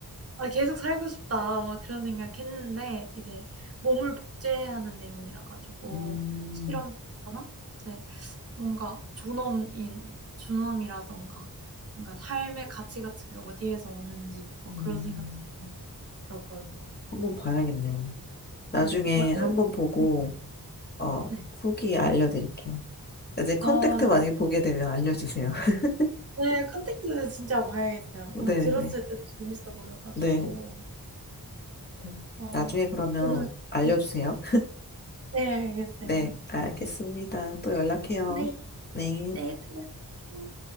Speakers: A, on the right (about 40°); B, on the left (about 30°).
A: '아 계속 살고 싶다.' 막 그런 생각했는데 이제 몸을 복제하는 내용이라 가지고
B: 음,
A: 실험체처럼 네 뭔가 존엄인 존엄이라든가 뭔가 삶의 가치 같은 게 어디에서 오는지 뭐
B: 음,
A: 그런 생각도 많이 들었거든요.
B: 한번
A: 그래서
B: 봐야겠네요. 나중에
A: 예 막
B: 한번
A: 이
B: 보고,
A: 음
B: 어,
A: 네.
B: 후기 알려드릴게요. 이제 컨택트
A: 아
B: 만약에 보게 되면 알려주세요. <laughs>
A: 네. 컨택트 진짜 봐야겠어요.
B: 네네.
A: 음, 들었을 때도 재밌어 보여 가지고.
B: 네. 네.
A: 어
B: 나중에 그러면
A: 저는
B: 알려주세요.
A: 음. 네 알겠어요.
B: 네, 알겠습니다. 또 연락해요.
A: 네.
B: 네.
A: 네 들어갈게요.